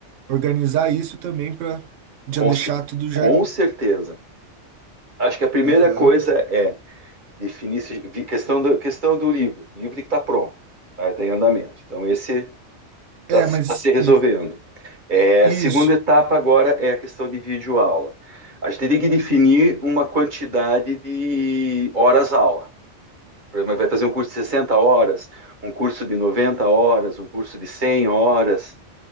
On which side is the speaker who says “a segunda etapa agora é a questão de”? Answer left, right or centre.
Right